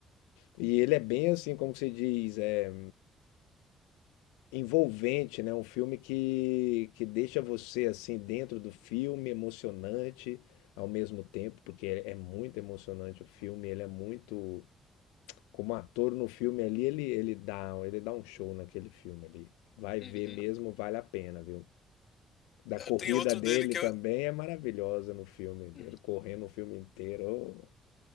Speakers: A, on the left; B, on the left.
A: E ele é bem assim, como que se diz, é envolvente, né? Um filme que, que deixa você assim dentro do filme, emocionante ao mesmo tempo, porque é, é muito emocionante o filme, ele é muito como ator no filme ali, ele ele dá, ele dá um show naquele filme ali. Vai ver
B: uhum.
A: mesmo, vale a pena, viu? Da
B: Eh,
A: corrida
B: Tem outro
A: dele
B: dele que
A: também
B: eu.
A: é maravilhosa no filme dele,
B: Uhum.
A: correndo o filme inteiro, ô,